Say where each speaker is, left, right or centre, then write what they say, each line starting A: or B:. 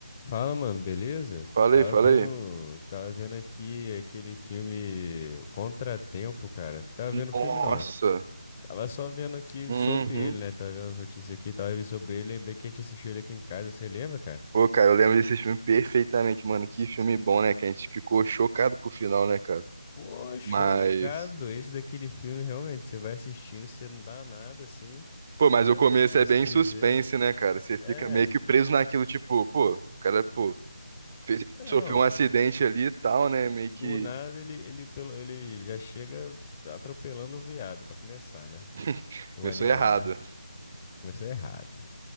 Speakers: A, on the left; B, on the right.
A: Fala, mano, beleza?
B: Falei,
A: Tava
B: falei.
A: vendo, tava vendo aqui aquele filme Contratempo, cara. Tava vendo filme
B: Nossa.
A: não. Tava só vendo aqui
B: Uhum.
A: sobre ele, né? Tava vendo as notícias aqui, tava vendo sobre ele, lembrei que a gente assistiu ele aqui em casa, você lembra, cara?
B: Pô, cara, eu lembro desse filme perfeitamente, mano. Que filme bom, né? Que a gente ficou chocado com o final, né, cara?
A: Pô, chocado.
B: Mas.
A: Esse daquele filme realmente, você vai assistindo, você não dá nada assim,
B: Pô, mas
A: né?
B: o começo
A: Por
B: é
A: assim
B: bem
A: dizer.
B: suspense, né, cara? Você
A: É.
B: fica meio que preso naquilo, tipo, pô, o cara, pô, fez-
A: É,
B: sofreu
A: não,
B: um acidente
A: tipo,
B: ali e tal, né? Meio
A: do
B: que
A: nada ele ele pelo ele já chega atropelando o veado pra começar, né?
B: <laughs>
A: O
B: começou
A: animal,
B: errado.
A: né? Começou errado.